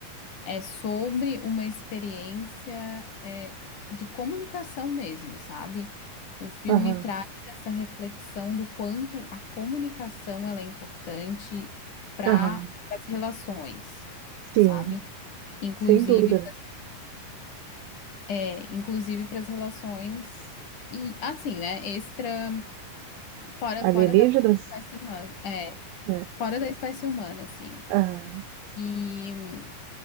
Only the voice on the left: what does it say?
É sobre uma experiência é, de comunicação mesmo, sabe? O filme
traz essa reflexão do quanto a comunicação ela é importante para
as relações,
sabe? Inclusive,
é, inclusive para as relações e assim, né? Extra fora
fora da própria espécie humana, é,
fora da espécie humana, assim.
E